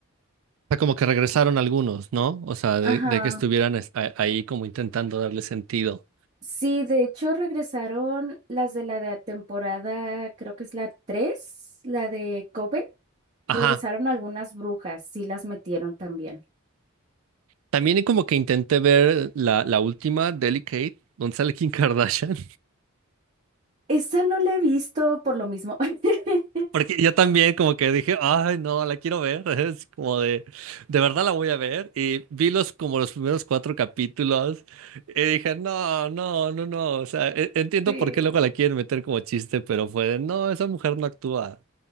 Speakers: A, on the right; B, on the right.
A: O sea, como que regresaron algunos, ¿no? O sea, de,
B: Ajá.
A: de que estuvieran es- a- ahí como intentando darle sentido.
B: Sí, de hecho regresaron las de la de temporada, creo que es la 3, la de Coven. Regresaron
A: Ajá.
B: algunas brujas, sí las metieron también.
A: También como que intenté ver la, la última, Delicate, donde sale Kim Kardashian,
B: Esa no la he visto por lo mismo. <laughs>
A: <laughs> porque yo también como que dije, ay, no, la quiero ver, <laughs> es como de, de verdad la voy a ver, y vi los como los primeros cuatro capítulos, y dije, no, no, no, no, o sea, e- entiendo
B: Sí,
A: por qué luego la quieren meter como chiste, pero fue de, no, esa mujer no actúa,